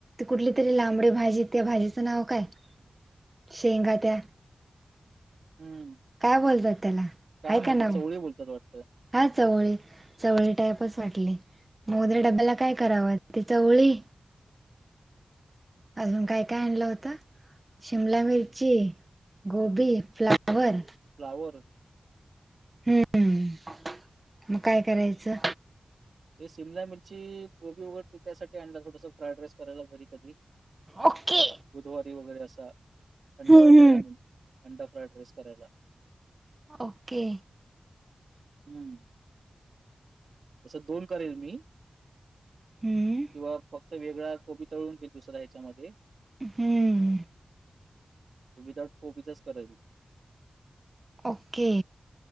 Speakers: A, on the right (about 25°); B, on the right (about 80°).
A: कुठली तरी लांबडी भाजी त्या भाजीचं नाव काय? शेंगा त्या.
B: हम्म
A: काय बोलतात त्याला?
B: काय
A: आहे
B: माहिती
A: का
B: चवळी
A: नाव
B: बोलतात वाटतं.
A: हा चवळी चवळी टाईपच वाटली. मग उद्या डब्याला काय करावं ति चवळी? अजून काय काय आणलं होतं? शिमला मिरची, गोबी, फ्लावर.
B: फ्लावर.
A: हम्म मग काय करायचं?
B: हे शिमला मिरची गोबी वगैर ते त्यासाठी आणला थोडस फ्राईड राईस करायला घरी कधीतरी.
A: ओके
B: बुधवारी वगैरे असा. अंडा
A: हम्म
B: वगैरे
A: हम्म
B: आणून अंडा फ्राईड राईस करायला.
A: ओके
B: हम्म हम्म तसं दोन करेल मी
A: हम्म
B: किंवा फक्त वेगळ्या कोबी तळून घे दुसऱ्या ह्याच्यामध्ये.
A: हम्म
B: विदाऊट कोबीचाच करेल.
A: ओके